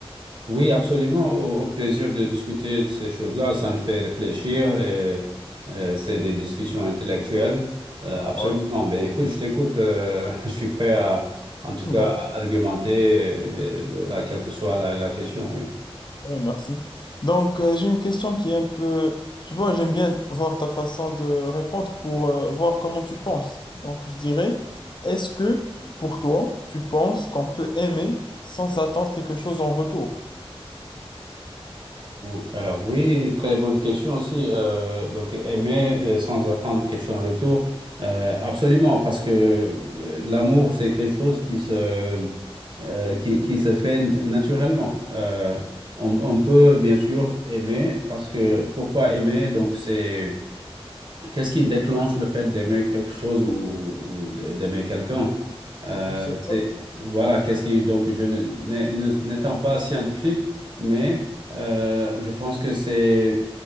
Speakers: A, on the right; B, on the left.
A: Oui, absolument. Au, au plaisir de discuter de ces choses-là, ça nous fait réfléchir et euh, c'est des discussions intellectuelles. Euh, absolument.
B: Ouais.
A: Ben, écoute, je t'écoute. euh, <laughs> je suis prêt à, en tout
B: Ben,
A: cas, à argumenter, euh, là, quelle que soit la, la question. oui.
B: Oui, merci. Donc, euh, j'ai une question qui est un peu, tu vois, j'aime bien voir ta façon de répondre pour euh, voir comment tu penses. Donc, je dirais, est-ce que pour toi, tu penses qu'on peut aimer sans attendre quelque chose en retour?
A: Bon, Alors oui, très bonne question aussi. Euh, donc aimer euh, sans attendre quelque chose en retour, Euh, absolument, parce que euh, l'amour c'est quelque chose qui se euh, qui, qui se fait naturellement. Euh, on, on peut bien sûr aimer parce que pourquoi aimer? Donc c'est Qu'est-ce qui déclenche le fait d'aimer quelque chose ou, ou de- d'aimer quelqu'un? Euh,
B: Je sais
A: c'est-
B: pas.
A: voilà, qu'est-ce qui, donc, je ne- n'ai- ne- n'étant pas scientifique, mais euh, je pense que c'est